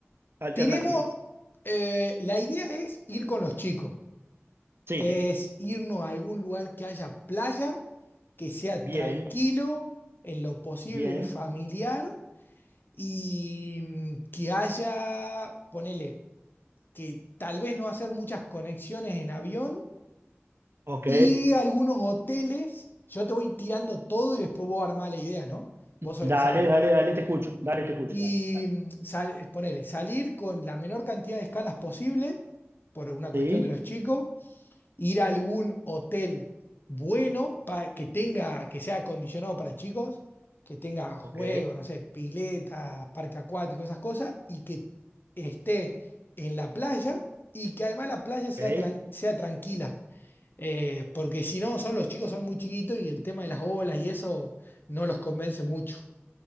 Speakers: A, on the right; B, on the left.
A: alternativas.
B: tenemos, eh, la idea es ir con los chicos,
A: Sí,
B: es irnos a algún lugar que haya playa, que sea
A: bien,
B: tranquilo, en lo posible
A: bien,
B: familiar y mm, que haya, ponele, que tal vez no hacer muchas conexiones en avión
A: ok,
B: Y algunos hoteles, yo te voy tirando todo y después vos armás la idea, ¿no? Vos sos
A: dale,
B: el que sabes.
A: dale, dale, te escucho, dale, te escucho,
B: Y
A: dale, dale.
B: mm, sal, eh, ponele, salir con la menor cantidad de escalas posible, por una cuestión
A: Sí,
B: de los chicos, ir a algún hotel bueno pa- que tenga, que sea acondicionado para chicos, que tenga juegos,
A: ok,
B: no sé, piletas, parque acuático, esas cosas, y que esté en la playa y que además la playa sea,
A: ok,
B: tran- sea tranquila eh, porque si no, son los chicos, son muy chiquitos y el tema de las olas y eso no los convence mucho.